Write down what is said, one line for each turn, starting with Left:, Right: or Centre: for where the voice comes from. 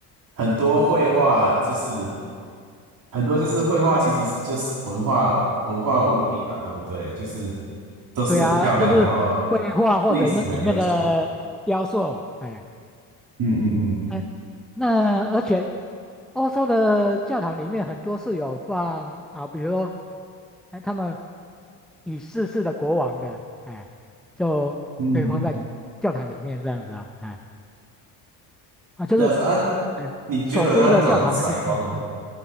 Right: 很多绘画，就是很多就是绘画，其实是就是文化文化物品嘛，对不对？就是都是很漂亮，
Centre: 对啊，就是绘画或者那里面的雕塑，
Right: 然后历史很悠久。
Centre: 哎。
Right: 嗯嗯
Centre: 哎，那而且欧洲的教堂里面很多是有放啊，比如说哎他们已逝世的国王的，哎，就会放在教堂里面这样子啊，
Right: 嗯嗯，
Centre: 哎啊，就是
Right: 这样子啊？
Centre: 嗯首都的教堂还是嗯嗯。
Right: 你觉得它那种采光呢？